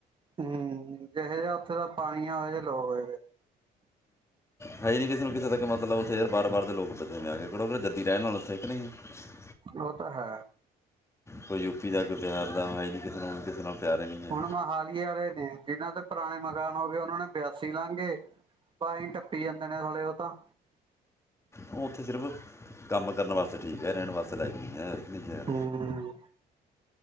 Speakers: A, on the right; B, on the left.
A: ਹੂੰ ਜਿਹਾ ਜਿਆ ਉੱਥੇ ਦਾ ਪਾਣੀੀਆਂ ਉਹ ਜੇ ਲੋ ਹੋ
B: ਹੈ। ਹੀ ਨਹੀਂ ਕਿਸੇ ਨੂੰ ਕਿਸੇ ਤੱਕ ਮਤਲਬ ਉੱਥੇ ਯਾਰ ਬਾਰ ਬਾਰਰ ਦੇ ਲੋਕ ਬੇ ਆਏ ਜੱਦੀ ਰਹਿਣ ਨਾਲ ਉਥੇ ਇੱਕ ਨਹੀਂ ਸੀ।
A: ੳ ਤਾ ਹੈ।
B: ਕੋਈ ਯੂ ਪੀ ਦਾ ਕੋਈ ਬਿਹਾਰ ਦਾ ਹੈ ਜੀ ਕਿਸੇ ਨੂੰ ਕਿਸੇ ਨਾਲ ਪਿਆਰ ਹੀ ਨਹੀਂ ਹੈ
A: ਹੁਣ ਮੋਹਾਲੀ ਆ ਨੇ ਜਿਹਨਾਂ ਦੇ ਪੁਰਾਣੇ ਮਕਾਨ ਹੋ ਗਏ ਉਹਨਾਂ ਨੇ ਬਿਆਸੀ ਲਾਂਗੇ ਭਏਂ ਟੱਪੀ ਜਾਂਦੇ ਨੇ ਥ੍ਹੇ ਉਹ ਤਾਂ
B: ਉਹ ਉੱਥੇ ਸਿਰਫ ਕੰਮ ਕਰਨ ਵਾਸਤੇ ਠੀਕ ਹੈ, ਰਹਿਣ ਵਾਸਤੇ ਲਾਇਕ ਗਈ ਹੈ। ਨੀ ਹੈ।
A: ਹੂੰ